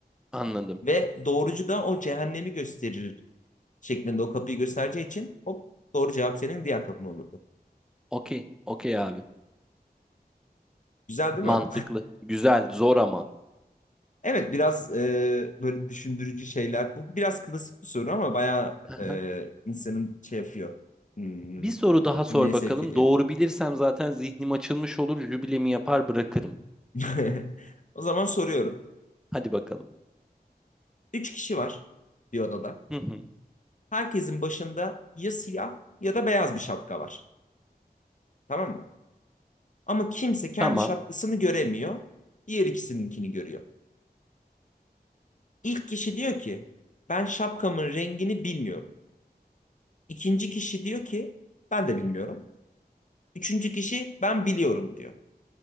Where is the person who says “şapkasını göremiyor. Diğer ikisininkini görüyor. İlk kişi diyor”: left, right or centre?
Left